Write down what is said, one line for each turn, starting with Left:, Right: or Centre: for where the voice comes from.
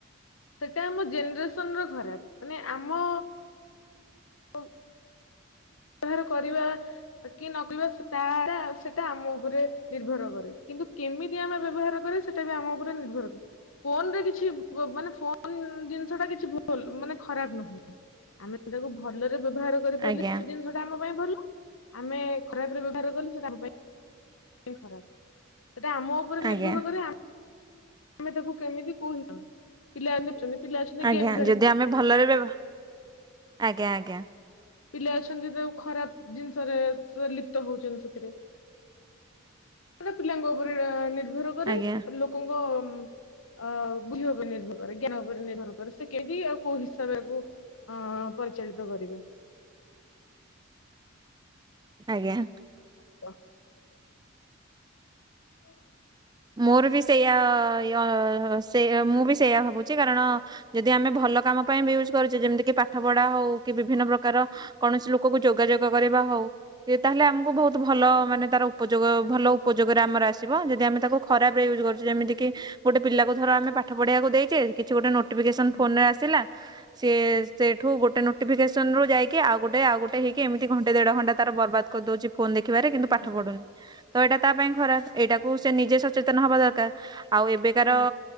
Left: ସେଟା ଆମ ଜେନେରେସନ ର ଖରାପ ମାନେ ଆମ ଓ। ବ୍ୟବହାର କରିବା କି ନକରିବା ତାର ସେଟା ଆମ ଉପରେ ନିର୍ଭର କରେ। କିନ୍ତୁ କେମିତି ଆମେ ବ୍ୟବହାର କରିବା ସେଟା ବି ଆମ ଉପରେ ନିର୍ଭର କରେ। ଫୋନରେ କିଛି ବ ମାନେ ଫୋନ ଜିନିଷ ଟା କିଛି ଭୁଲ ମାନେ ଖରାପ ନୁହେଁ। ଆମେ ତାକୁ ଭଲରେ ବ୍ୟବହାର କରିପାରିଲେ
Right: ଆଜ୍ଞା
Left: ସେ ଜିନିଷ ଟା ଆମ ପାଇଁ ଭଲ। ଆମେ ଖରାପ ରେ ବ୍ୟବହାର କଲେ ସେଟା ଆମ ପାଇଁ ଖରାପ। ସେଟା ଆମ ଉପରେ ନିର୍ଭର
Right: ଆଜ୍ଞା
Left: କରେ ଆ ଆମେ ତାକୁ କେମିତି କୋଉ ହିସାବ ରେ ପିଲା ଇଏ କରୁଛନ୍ତି ପିଲା ଅଛନ୍ତି
Right: ଆଜ୍ଞା
Left: ଗେମ୍ ଖେଲିବେ।
Right: ଯଦି ଆମେ ଭଲରେ ବ୍ୟବ ଆଜ୍ଞା ଆଜ୍ଞା।
Left: ପିଲା ଅଛନ୍ତି ତାକୁ ଖରାପ ଜିନିଷରେ ସେ ଲିପ୍ତ ହଉଛନ୍ତି ସେଥିରେ। ସେଇଟା ପିଲାଙ୍କ ଉପରେ ନିର୍ଭର କରେ
Right: ଆଜ୍ଞା
Left: ଲୋକଙ୍କ। ଅ ବୁଧି ଉପରେ ନିର୍ଭର କରେ ଜ୍ଞାନ ଉପରେ ନିର୍ଭର କରେ, ସେ କେହି ଆଉ କୋଉ ହିସାବ ରେ ଆକୁ। ଅଁ, ପରିଚାଳିତ କରିବେ।
Right: ଆଜ୍ଞା।
Left: କ <inaudible>
Right: ମୋର ବି ସେଇଆ ୟ-ସେ ମୁଁ ବି ସେଇଆ ଭାବୁଛି। କାରଣ ଯଦି ଆମେ ଭଲ କାମ ପାଇଁ ବି ୟୁଜ୍ କରିଚୁ। ଯେମିତି କି ପାଠ ପଢା ହଉ କି ବିଭି ବିଭିନ୍ନ ପ୍ରକାର କୌଣସି ଲୋକକୁ ଯୋଗାଯୋଗ କରିବା ହଉ। ଏ ତାହେଲେ ଆମକୁ ବହୁତ ଭଲ ମାନେ ତାର ଉପଯୋଗ ଭଲ ଉପଯୋଗରେ ଆମର ଆସିବ। ଯଦି ଆମେ ତାକୁ ଏବେ ୟୁଜ୍ କରୁଚୁ ଯେମିତି କି ଗୋଟେ ପିଲାକୁ ଧର ଆମେ ପାଠ ପଢିବାକୁ ଦେଇଚେ କିଛି ଗୋଟେ ନୋଟିଫିକେସନ୍
Left: ହୁଁ
Right: ଫୋନ୍ ରେ ଆସିଲା ସିଏ ସେଉଠୁ ଗୋଟେ ନୋଟିଫିକସନ୍ ରୁ ଯାଇ କି ଆଉ ଗୁଟେ ଆଉ ଗୁଟେ ହେଇକି ଏମିତି ଘଣ୍ଟେ ଦେଢ ଘଣ୍ଟା ତାର ବର୍ବାଦ କରଦଉଚି। ଫୋନ୍ ଦେଖିବାରେ କିନ୍ତୁ
Left: ହୁଁ
Right: ପାଠ ପଢୁନି। ତ ଏଇଟା ତା ପାଇଁ ଖରାପ। ଏଇଟାକୁ ସେ ନିଜେ ସଚେତନ ହବା ଦରକାର। ଆଉ ଏବେକାର
Left: ହୁଁ